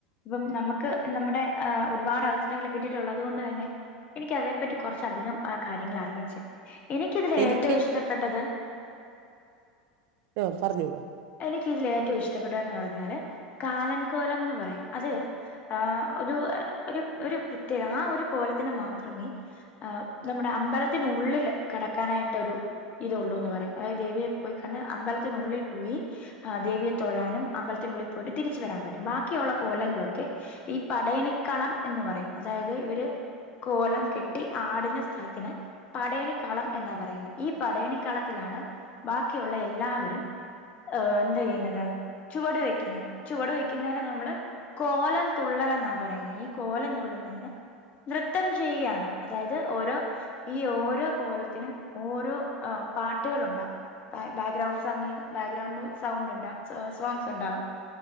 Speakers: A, on the left; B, on the right.
A: അപ്പം നമ്മക്ക് നമ്മുടെ ആ ഒരുപാട് അവസരങ്ങൾ കിട്ടിട്ടുള്ളത് കൊണ്ട് തന്നെ എനിക്കതെ പറ്റി കൊർച്ചധികം കാര്യങ്ങൾ അറിയെം ചെയ്യാം എനിക്കിതില്
B: എനിക്ക്
A: ഏറ്റോം ഇഷ്ടപ്പെട്ടത്
B: ആഹ പറഞ്ഞോളൂ
A: എക്ക് ഇതിൽ ഏറ്റവും ഇഷ്ടപ്പെട്ട എന്ന് പറഞ്ഞാല് കാലൻ കോലംന്ന് പറയും അത് ആ ഒരു ഒരു ഒരു പ്രത്യേകത ആ ഒരു കോലത്തിന് മാത്രമേ ഏ നമ്മുടെ അമ്പലത്തിനുള്ളിൽ കടക്കാനായിട്ട് ഒരു ഇതൊള്ളൂ ന്ന് പറിം അതായത് ദേവിയെ പോയി കണ് അമ്പലത്തിനുള്ളിൽ പോയി ഏ ദേവിയെ തൊഴാനും അമ്പലത്തിനുള്ളിൽ പോയിട്ട് തിരിച്ച് വരാൻ പറ്റും ബാക്കിയുള്ള കോലങ്ങളൊക്കെ ഈ പടയണി കളം എന്ന് പറയും അതായത് ഇവര് കോലം കെട്ടി ആടുന്ന സ്ഥലത്തിന് പടയണിക്ഖളം എന്നാ പറയുന്നെ ഈ പടയണി കളത്തിലാണ് ബാ ഉള്ള എല്ലാവരും ഏ എന്താ ചെയ്യുന്നത് ചുവടു വെക്കുന്നത് ചുവടു വെക്കുന്നേന് നമ്മള് കോലം തുള്ളലെന്നാ പറയുന്നെ ഈ കോലം തുള്ളുന്നെയ്ന് നൃത്തം ചെയ്യുകയാണ് അതായത് ഓരോ ഈ ഓരോ കോലത്തിനും ഓരോ ആ പാട്ടുകൾ ഒണ്ടവും <unintelligible> ബാക്ക്ഗ്രൗൺ സംഗീ ബാക്ക്ഗ്രൗണ്ട് നോ സൗണ്ട് ഒണ്ട് സോങ്സ് ഉണ്ടാവും